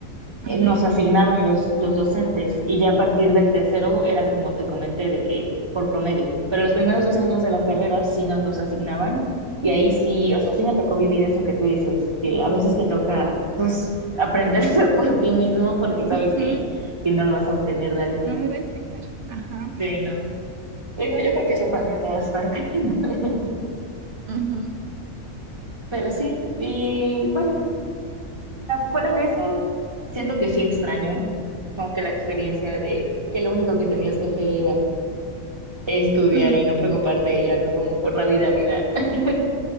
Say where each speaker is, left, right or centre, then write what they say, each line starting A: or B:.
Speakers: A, on the right; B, on the right.
A: eh,
B: Ujú,
A: nos asignaban los, los docentes y ya a partir del tercero era como te comenté de que por promedio, pero los primeros dos
B: ujú,
A: años de la carrera sí nos los asignaban y ahí sí, o sea, sí me tocó vivir eso que tú dices, que a veces te toca pues aprenderlo <laughs> por ti mismo porque sabes
B: ujú.
A: que, que no lo vas a obtener de alguien
B: No
A: más.
B: me va a enseñar. Ajá.
A: Sí, no. Digo, yo creo que eso pasa en todas partes, <laughs>
B: Ujú,
A: pero sí, y bueno, fuera de eso, siento que sí extraño como que la experiencia de que lo único que tenías que hacer era estudiar
B: ujú.
A: y no preocuparte ya como por la vida, vida. <laughs>